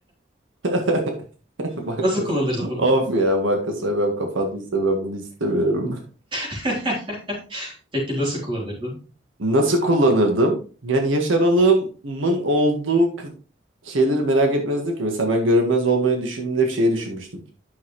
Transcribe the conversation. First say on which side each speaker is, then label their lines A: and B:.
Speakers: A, on the right; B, on the right.
A: <laughs> <laughs>
B: <laughs>
A: Bankas.
B: Nasıl kullanırdı bunu?
A: Of ya banka soymam kapandıysa ben bunu istemiyorum.
B: <laughs> Peki nasıl kullanırdın?
A: Nasıl kullanırdım? Yani yaş aralığımın olduğu kı- şeyleri merak etmezdim ki. Mesela ben görünmez olmayı düşündüğümde bir şey düşünmüştüm.